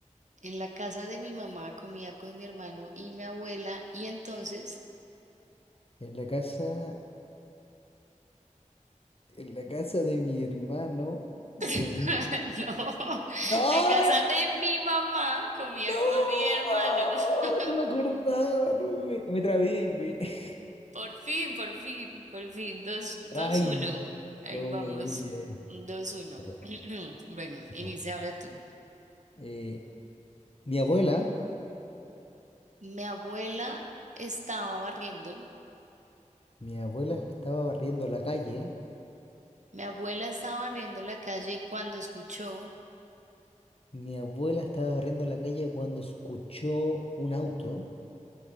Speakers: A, on the right (about 65°); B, on the left (about 45°).
A: En la casa de mi mamá comía con mi hermano y mi abuela y entonces,
B: En la casa, en la casa de mi hermano comía...
A: <laughs> no,
B: ¡No!
A: la casa de mi mamá comía
B: ¡No!
A: con mi hermano. <laughs>
B: No me acordaba, no, me, me trabé. me- <laughs>
A: Por fin, por fin, por fin, dos, dos,
B: Ay,
A: uno. Ahí
B: no,
A: vamos,
B: bueno, no, bueno, ya, ya.
A: dos, uno.
B: Ya.
A: <clears throat> Bueno, inicia
B: ya.
A: ahora tú.
B: Eh, mi abuela,
A: Mi abuela estaba barriendo,
B: mi abuela estaba barriendo la calle.
A: mi abuela estaba barriendo la calle cuando escuchó,
B: Mi abuela estaba barriendo la calle cuando escuchó un auto.